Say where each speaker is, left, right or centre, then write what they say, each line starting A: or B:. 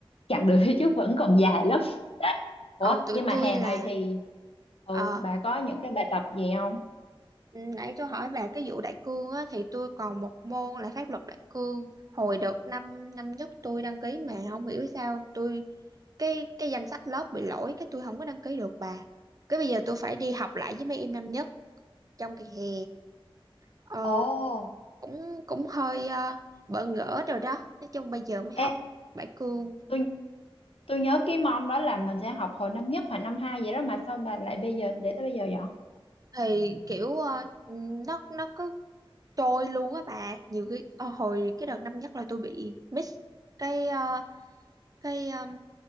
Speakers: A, on the left; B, on the right.
A: chặng đường <laughs> phía trước vẫn còn dài lắm. <laughs> Ủa,
B: còn tụi
A: nhưng mà
B: tôi
A: hè
B: là
A: này thì ừ
B: ờ
A: bà có những cái bài tập gì không?
B: Ừ, Nãy tôi hỏi bà cái vụ đại cương á, thì tôi còn một môn là pháp luật đại cương. Hồi đợt năm năm nhất tôi đăng ký mà không hiểu sao tôi cái cái danh sách lớp bị lỗi cái tôi không có đăng ký được bà. Cái bây giờ tôi phải đi học lại với mấy em năm nhất trong kỳ hè. Ờ,
A: Ồ,
B: cũng cũng hơi ờ, bỡ ngỡ rồi đó. Nói chung bây giờ mới
A: ê,
B: học đại cương
A: tôi Tôi nhớ cái môn đó là mình sẽ học hồi năm nhất hoặc năm hai vậy đó mà sao bà lại bây giờ để tới bây giờ vậy?
B: thì kiểu ờ, ừ, nó nó cứ trôi luôn á bà. Nhiều cái ờ, hồi cái đợt năm nhất là tôi bị miss cái ờ, cái um,